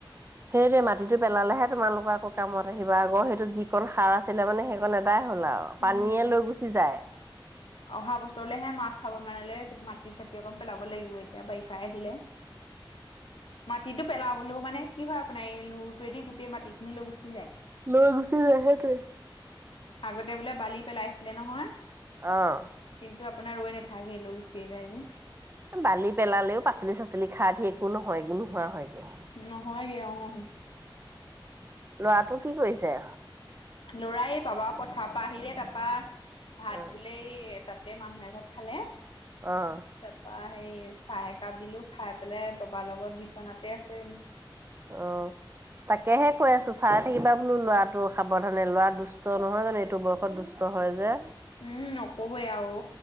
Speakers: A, on the right (about 30°); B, on the left (about 75°).
A: সেইটোৱে মাটিটো পেলালেহে তোমালোকৰ আকৌ কামত আহিব আগৰ সেইটো যিকণ সাৰ আছিলে মানে সেইকণ দিগদাৰে হ'ল আৰু পানীয়ে
B: উম
A: লৈ গুচি যায়
B: অহা বছৰলেহে মাঘ ফাগুন মানলৈ মাটি চাতি অকণ পেলাব লাগিব। এতিয়া বাৰিষাই আহিলে। মাটিতো পেলাওঁ ও মানে কি হয় আপোনাৰ এই লুৰটোৱেদি গোটেই মাটি খিনি লৈ গুচি যায়।
A: লৈ গুচি যায়। সেইটোৱে
B: আগতে বোলে বালি পেলাইছিলে নহয়
A: অ'
B: কিন্তু আপোনাৰ ৰৈ নাথাকিল লৈ গুচি যায় যে।
A: বালি পেলালেও পাচলি চাচলি খাৰ ধি একো নহয় একো নোহোৱা হয়গে।
B: নহয়গে অহ
A: লৰাটো কি কৰিছে?
B: লৰাই বাবা পথাৰ পৰা আহিলে তাৰপা ভাত
A: অ'
B: বোলে তাত গোটেই মানুহে ঘৰত খালে
A: অ'
B: তাৰপা হেৰি এই চাহ একাপ দিলো খাই পেলাই বাবাৰ লগত বিচনাতে আছে।
A: অহ তাকেহে কৈ আছো চাই থাকিবা বোলো ল'ৰা। টো সাৱধানে ল'ৰা দুষ্ট নহয় জানো এইটো বয়সত দুষ্ট হয় যে।
B: উম নকবই আৰু